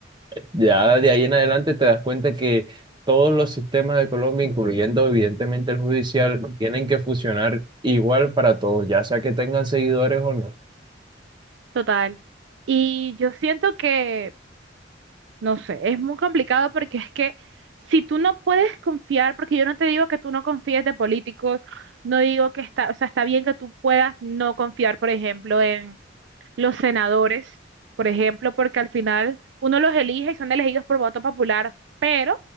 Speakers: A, on the right; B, on the right.
A: Ya de ahí en adelante te das cuenta que todos los sistemas de Colombia, incluyendo evidentemente el judicial, tienen que funcionar igual para todos, ya sea que tengan seguidores o no.
B: Total. Y yo siento que, no sé, es muy complicado porque es que si tú no puedes confiar, porque yo no te digo que tú no confíes de políticos, no digo que está, o sea, está bien que tú puedas no confiar, por ejemplo, en los senadores, por ejemplo, porque al final uno los elige y son elegidos por voto popular, pero